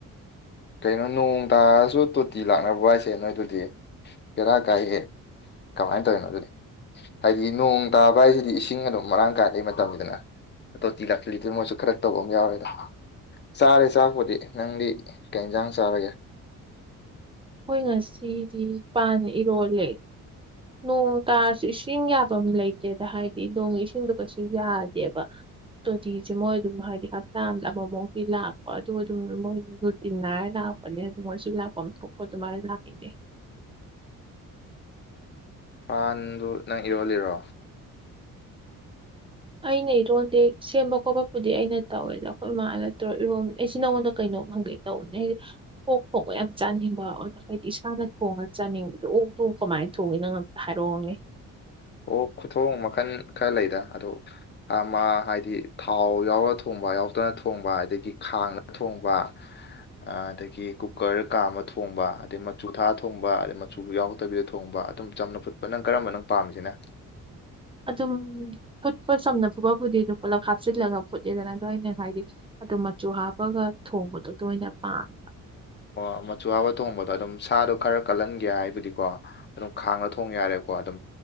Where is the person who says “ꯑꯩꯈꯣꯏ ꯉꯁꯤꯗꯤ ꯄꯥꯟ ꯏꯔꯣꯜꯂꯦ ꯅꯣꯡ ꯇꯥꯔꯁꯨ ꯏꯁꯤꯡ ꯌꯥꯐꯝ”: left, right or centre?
Right